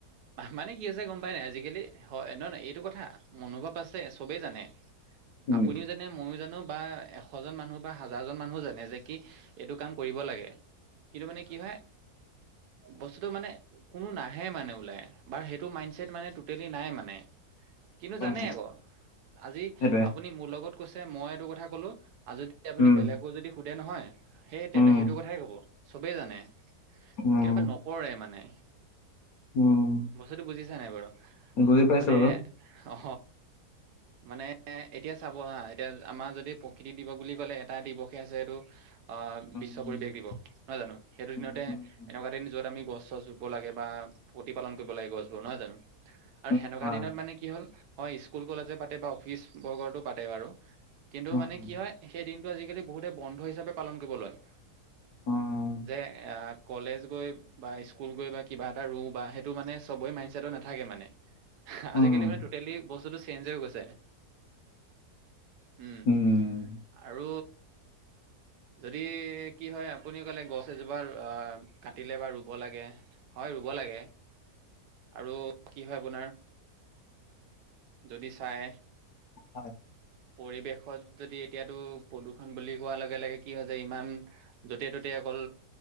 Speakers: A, on the right; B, on the left.
A: মানে কি আছে গম পাই নাই আজিকালি হয় নহয় নহয় এইটো কথা মনোভাৱ আছে চবেই জানে
B: উম
A: আপুনিও জানে মইয়ো জানো বা এশ জন মানুহ বা হাজাৰজন মানুহও জানে যে কি এইটো কাম কৰিব লাগে কিন্তু মানে কি হয় বস্তুটো মানে কোনো নাহে মানে ওলাই বাৰু সেইটো মাইণ্ডছেট মানে টুটেলি নাই মানে। কিন্তু
B: উম
A: জানে আকৌ আজি
B: সেইটোৱে,
A: আপুনি মোৰ লগত কৈছে মই এইটো কথা কলো আৰু যদি আপুনি
B: উম,
A: বেলেগকো যদি সোধে নহয় সেই
B: উম,
A: সেইটো কথাই কব চবেই জানে।
B: উম,
A: কেতিয়াবা নকৰে মানে।
B: উম
A: বস্তুটো বুজিছা নাই বাৰু?
B: বুজি পাইছো।
A: মানে অ মানে এ এতিয়া চাব হা এতিয়া আমাৰ যদি প্ৰকৃতি দিৱস বুলি ক'লে এটা দিৱসে আছে এইটো অ
B: উম,
A: বিশ্ব পৰিবেশ দিৱস নহয় জানো সেইটো
B: উম,
A: দিনতে
B: উম,
A: এনেকুৱা এ দিন য'ত আমি গছ চছ ৰু ব লাগে বা প্ৰতিপালন কৰিব লাগে গছবোৰ নহয় জানো আৰু
B: উম,
A: সেনেকুৱা
B: হয়,
A: দিনত মানে কি হ'ল হয় স্কুল কলেজে পাতে বা অফিচ বৰ্গতো পাতে বাৰু কিন্তু
B: উম,
A: মানে কি হয় সেই দিনটো আজিকালি বহুতে বন্ধ হিচাপে পালন কৰিব লয়।
B: উম,
A: যে এ কলেজ গৈ বা স্কুল গৈ বা কিবা এটা ৰুও বা সেইটো মানে চবৰে মাইণ্ডছেদত নাথাকে মানে।
B: উম,
A: আজিকালি মানে টোটেলি বস্তুটো চেঞ্জ হৈ গৈছে। উম
B: উম,
A: আৰু যদি কি হয় আপুনি কলে গছ এজোপা অ কাটিলে বা ৰুব লাগে হয় ৰুব লাগে আৰু কি হয় আপোনাৰ যদি চাই
B: হয়
A: পৰিৱেশত যদি এতিয়াতো প্ৰদূষণ বুলি কোৱাৰ লগে লগে কি হয় যে ইমান য'তে ত'তে অকল